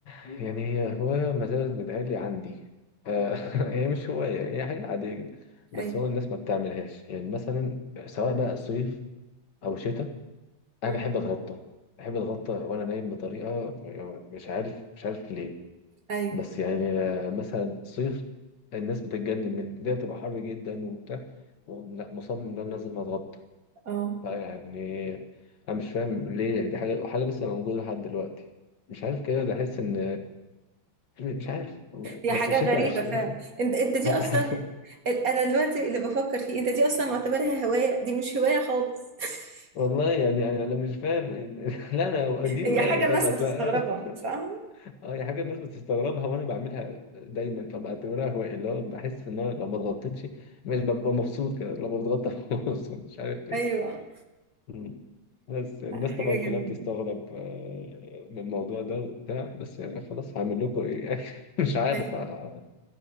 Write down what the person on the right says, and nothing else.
ايوه
مم.
ايوه
اه
هي
حاجه
غريبه
فعلا انت انت دي
اصلا انا دلوقتي اللي بفكر فيه انت دي اصلا معتبرها هوايه دي مش هوايه خالص <laughs>
هي
حاجه
الناس
بتستغربها
صح
ايوه
لا حاجه
جميله
أيوة.